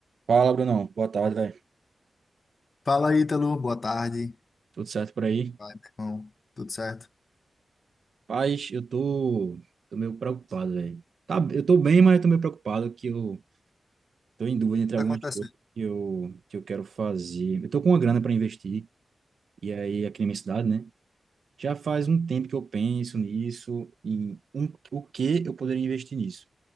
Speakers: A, on the right (about 75°); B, on the left (about 50°).
A: Fala, Brunão. Boa tarde, velho.
B: Fala, Ítalo. Boa tarde.
A: Tudo certo por aí?
B: Vai, meu irmão. Tudo certo?
A: Paz, eu tô, tô meio preocupado, velho. Tá, eu tô bem, mas eu tô meio preocupado que eu tô em dúvida entre
B: Tá
A: algumas
B: acontecendo.
A: coisas que eu, que eu quero fazer. Eu tô com uma grana para investir, e aí aqui na minha cidade, né? Já faz um tempo que eu penso nisso e um, o que eu poderia investir nisso.